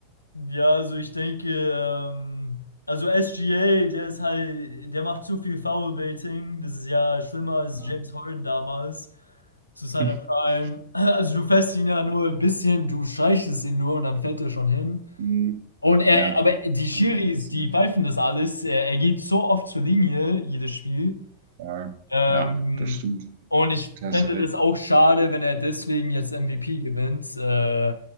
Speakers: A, on the left (about 80°); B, on the right (about 55°).
A: Ja, also ich denke, ähm, also SGA, der ist halt, der macht zu viel Foulbaiting. Das ist ja schlimmer als
B: Ja.
A: James Harden damals zu seiner
B: <laughs>
A: Prime. Also du fährst ihn ja nur ein bisschen, du streichst es ihn nur und dann fällt er schon hin.
B: Hm,
A: Und er,
B: Ja,
A: aber die
B: Wenn
A: Schiris,
B: man das
A: die
B: nicht.
A: pfeifen das alles. Er, er geht so oft zur Linie, jedes Spiel.
B: Äh,
A: Ähm,
B: ja, das stimmt.
A: und ich
B: Klasse
A: fände
B: recht.
A: das auch schade, wenn er deswegen jetzt MVP gewinnt. Äh,